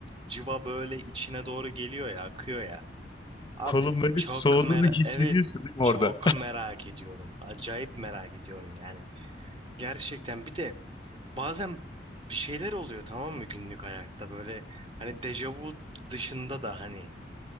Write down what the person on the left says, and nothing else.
Kolun böyle
soğuduğunu
hissediyorsun
değil mi
orada?